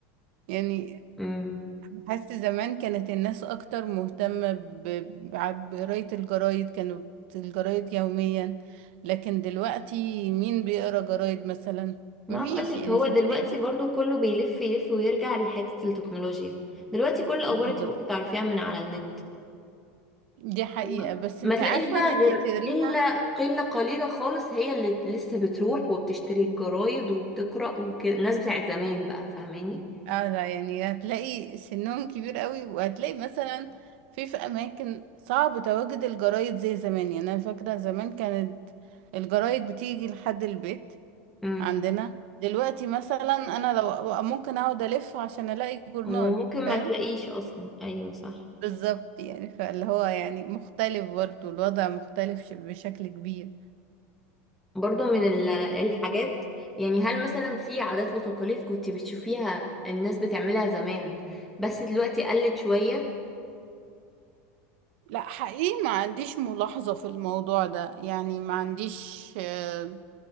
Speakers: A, on the right; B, in the centre.
A: يعني
B: امم
A: بحس زمان كانت الناس اكتر مهتمة ب- بع- بقراية الجرايد كانوا الجرايد يوميا لكن دلوقتي مين بيقرا جرايد مثلا
B: ما
A: مفيش
B: اقولك
A: يعني
B: هو
A: مش
B: دلوقتي
A: هتلاقي
B: برضو كله بيلف يلف ويرجع لحتة التكنولوجيا دلوقتي كل الأخبار
A: بالظبط
B: انت ممكن تعرفيها من على النت
A: دي حقيقة
B: فاهمة؟
A: بس
B: ما
A: انت
B: تلاقيش
A: عارفة
B: بقى
A: ان انت
B: غير
A: تقريها
B: إلا قلة قليلة خالص هي اللي لسه بتروح وبتشتري الجرايد وبتقرأ وكده الناس بتاعت زمان بقى فاهماني
A: اه لا يعني هتلاقي سنهم كبير قوي وهتلاقي مثلا في في اماكن صعب تواجد الجرايد زي زمان يعني انا فاكرة زمان كانت الجرايد بتيجي لحد البيت
B: امم
A: عندنا دلوقتي مثلا انا لو ممكن اقعد الف عشان الاقي جورنال
B: وممكن
A: فاهم
B: ما تلاقيش أصلا أيوة صح
A: بالظبط يعني فاللي هو يعني مختلف برضو الوضع مختلف ش- بشكل كبير
B: برضو من ال- الحاجات يعني هل مثلا في عادات وتقاليد كنت بتشوفيها الناس بتعملها زمان بس دلوقتي قلت شوية
A: لا حقيقي ما عنديش ملاحظة في الموضوع ده يعني ما عنديش آه،